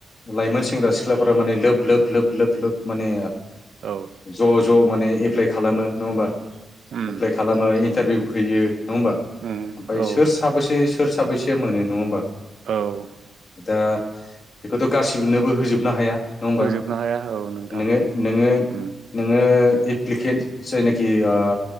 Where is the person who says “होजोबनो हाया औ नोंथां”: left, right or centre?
Right